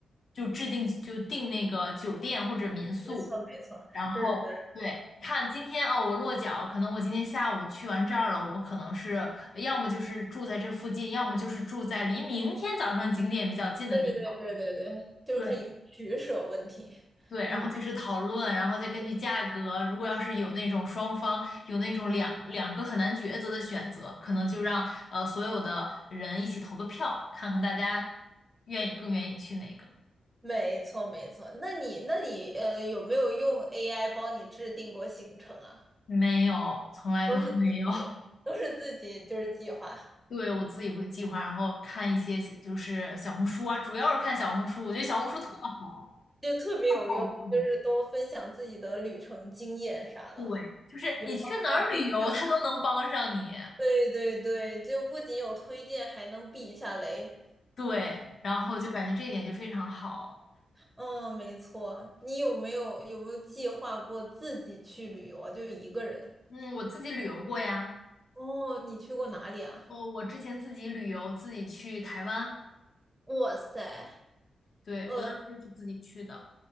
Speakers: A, on the left (about 50°); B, in the centre.
A: 就制定就定那个酒店或者民宿。
B: 没错，没错，
A: 然后对，
B: 是的，是的，
A: 看今天哦，我落脚，可能我今天下午去完这儿了，我可能是要么就是住在这附近，要么就是住在离明天早上景点比较近的地方。
B: 对对对对对，就是一个取舍问题。
A: 对对，
B: 嗯，
A: 然后就是讨论，然后再根据价格，如果要是有那种双方有那种两两个很难抉择的选择，可能就让呃所有的人一起投个票，看看大家愿意更愿意去哪个。
B: 没错，没错。那你，那你，呃，有没有用 AI 帮你制定过行程啊？
A: 没有，从来都没有。
B: 都是自己，都是自己，就是计划，啊，
A: 对，我自己会计划，然后看一些就是小红书啊，主要是看小红书，我觉得小红书特好，
B: <laughs> 就特别有用，
A: 特好用。
B: 就是多分享自己的旅程经验啥的，
A: 对，就是你去哪儿旅游，
B: 也帮忙避一下坑。
A: 它都能帮上你。
B: 对对对，就不仅有推荐，还能避一下雷。
A: 对，然后就感觉这一点就非常好。
B: 嗯，没错。你有没有有没有计划过自己去旅游啊？就一个人？
A: 嗯，我自己旅游过呀，
B: 哦，你去过哪里啊？
A: 我我之前自己旅游，自己去台湾，
B: 哇塞，
A: 对，
B: 呃，
A: 我当时就是自己去的。